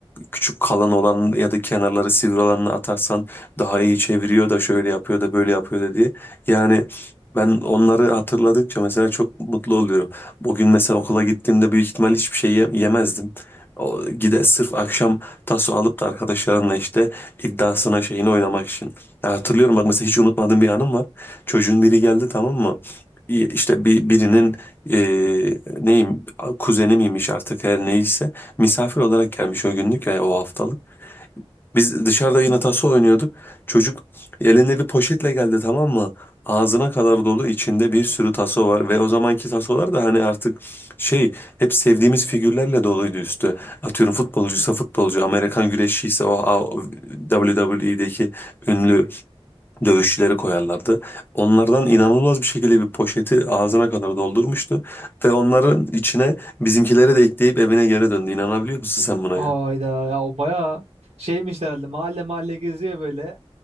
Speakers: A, on the left; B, on the right.
A: küçük kalan olan ya da kenarları sivri olanını atarsan daha iyi çeviriyor da şöyle yapıyor da böyle yapıyor da diye. Yani ben onları hatırladıkça mesela çok mutlu oluyorum. O gün mesela okula gittiğimde büyük ihtimal hiçbir şey ye- yemezdim. O, gide sırf akşam taso alıp da arkadaşlarınla işte iddiasına şeyini oynamak için. Ya hatırlıyorum bak mesela hiç unutmadığım bir anım var. Çocuğun biri geldi tamam mı? İ- İşte bir, birinin e, neyim kuzeni miymiş artık her neyse Misafir olarak gelmiş o günlük ve o haftalık. Biz dışarıda yine taso oynuyorduk. Çocuk elinde bir poşetle geldi tamam mı? Ağzına kadar dolu içinde bir sürü taso var ve o zamanki tasolar da hani artık şey hep sevdiğimiz figürlerle doluydu üstü. Atıyorum futbolcuysa futbolcu, Amerikan güreşçiyse o A- WWE'deki ünlü dövüşçüleri koyarlardı. Onlardan inanılmaz bir şekilde bir poşeti ağzına kadar doldurmuştu ve onların içine bizimkileri de ekleyip evine geri döndü. İnanabiliyor musun sen buna
B: Hayda
A: ya?
B: ya o bayağı şeymiş herhalde mahalle mahalle geziyor böyle.